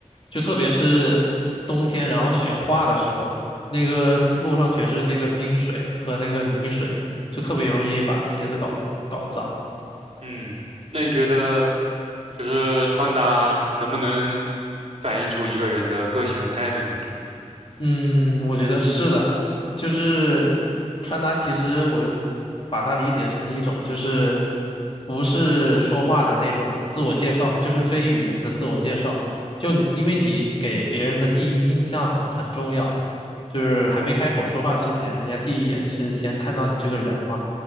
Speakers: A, on the left; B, on the right.
A: 就特别是冬天，然后雪化的时候，那个路上全是那个冰水和那个泥水，就特别容易把鞋子搞搞脏。
B: 嗯，那你觉得就是穿搭能不能反映出一个人的个性和态度呢？
A: 嗯，我觉得是的，就是穿搭，其实我把它理解成一种，就是不是说话的那种自我介绍，就是非语言的自我介绍。就你因为你给别人的第一印象很重要，就是还没开口说话之前，人家第一眼是先看到你这个人嘛。